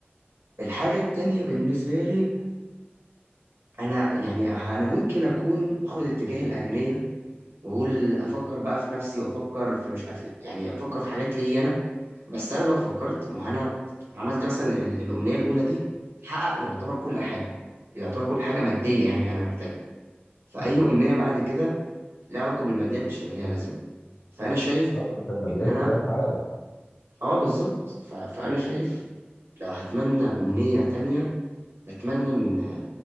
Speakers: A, on the right (about 80°); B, on the left (about 70°).
A: الحاجه التانيه بالنسبه لي انا يعني انا ممكن اكون اخد اتجاه الانانيه واقول افكر بقى في نفسي وافكر في مش عارف إيه، يعني افكر في حاجات ليا انا بس انا لو فكرت ما هو انا عملت مثلا ال- الامنيه الاولى دي تحقق يعتبر كل حاجه يعتبر كل حاجه ماديه يعني انا محتاجها فاي
B: بالظبط
A: امنيه بعد كده ليها علاقه بالماديات مش هيبقى ليها لازمه فانا شايف
B: بالظبط انت الماديات
A: ان انا
B: كلها اتحققت
A: اه بالظبط ف... فانا شايف لو هتمنى امنيه تانية اتمنى ان